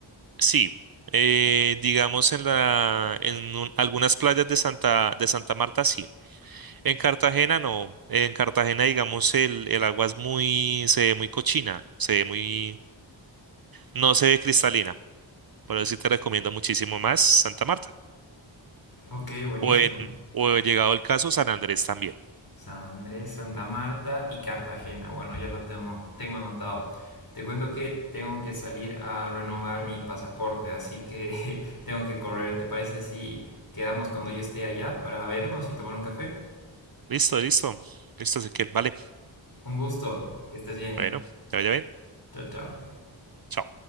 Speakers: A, on the right; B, on the left.
A: Sí, eh, digamos en la, en un- algunas playas de Santa, de Santa Marta sí. En Cartagena no. En Cartagena, digamos, el, el agua es muy, se ve muy cochina, se ve muy, no se ve cristalina. Por eso sí te recomiendo muchísimo más Santa Marta.
B: Ok, buenísimo.
A: O en, o llegado el caso, San Andrés también.
B: San Andrés, Santa Marta y Cartagena. Bueno, ya lo tengo, tengo anotado. Te cuento que tengo que salir a renovar mi pasaporte, así que <laughs> tengo que correr. ¿Te parece si quedamos cuando yo esté allá para vernos y tomar un café?
A: Listo, listo. Listo, Ezequiel. Vale.
B: Un gusto, que estés bien.
A: Bueno, ya vaya bien.
B: Chao, chao.
A: Chao.